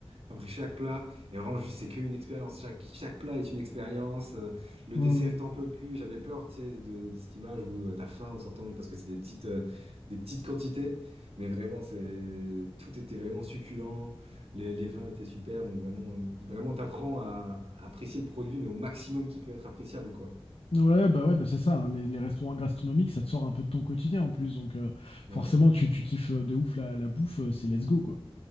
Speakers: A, on the right (about 75°); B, on the left (about 70°).
A: Après chaque plat, et vraiment juste c'est qu'une expérience, chaque, chaque plat est une expérience, euh, le
B: Hmm.
A: dessert t'en peux plus, j'avais peur tu sais, de, de cette image où euh, t'as faim en sortant parce que c'est des petites, euh, des petites quantités, mais vraiment c'est tout était vraiment succulent, les, les vins étaient super, donc vraiment, euh, vraiment t'apprends à, à apprécier le produit mais au maximum qui peut être appréciable quoi.
B: Ouais, bah ouais, bah c'est ça. hein. Les, les restaurants gastronomiques, ça te sort un peu de ton quotidien en plus, donc euh,
A: Ouais,
B: forcément, tu, tu kiffes euh, de ouf la, la bouffe. euh, C'est let's go, quoi.